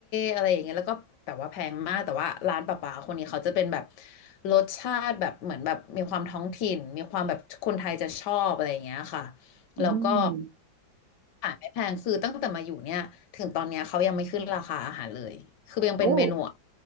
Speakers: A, on the left; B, on the right.
A: อะไรอย่างเงี้ยแล้วก็แต่ว่าแพงมากแต่ว่าร้านป่าๆคนนี้เขาจะเป็นแบบรสชาติแบบเหมือนแบบมีความท้องถิ่นมีความแบบคนไทยจะชอบอะไรอย่างเงี้ยค่ะ
B: อืม
A: แล้วก็อาหารไม่แพงคือตั้งแต่มาอยู่เนี่ยถึงตอนเนี้ยเขายังไม่ขึ้นราคาอาหารเลยคือยังเป็นเมนู
B: โอ้